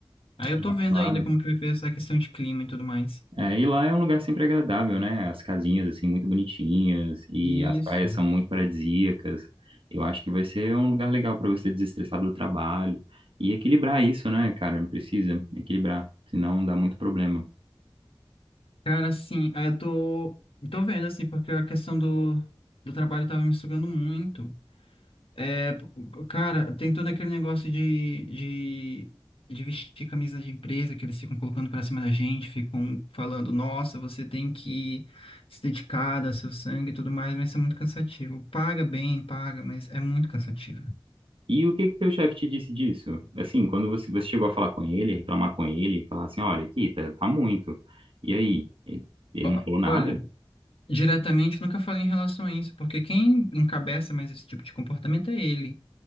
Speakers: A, on the left; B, on the right.
A: Aí eu
B: Ah,
A: tô vendo
B: claro.
A: ainda como que vai ser essa questão de clima e tudo mais.
B: É, e lá é um lugar sempre agradável, né? As casinhas, assim, muito bonitinhas e
A: Isso.
B: as praias são muito paradisíacas. Eu acho que vai ser um lugar legal para você desestressar do trabalho e equilibrar isso, né, cara? Precisa equilibrar, senão dá muito problema.
A: Cara, assim, aí eu tô, tô vendo, assim, porque a questão do, do trabalho tava me sugando muito. É, p- cara, tem todo aquele negócio de, de, de vestir camisa de empresa que eles ficam colocando pra cima da gente, ficam falando, nossa, você tem que se dedicar, dar seu sangue e tudo mais, mas isso é muito cansativo. Paga bem, paga, mas é muito cansativo.
B: E o que que teu chefe te disse disso? Assim, quando você, você chegou a falar com ele, a reclamar com ele, falar assim, olha, aqui tá, tá muito. E aí? Ele, ele
A: Ó-
B: não falou nada?
A: Olha. diretamente nunca falei em relação a isso, porque quem encabeça mais esse tipo de comportamento é ele,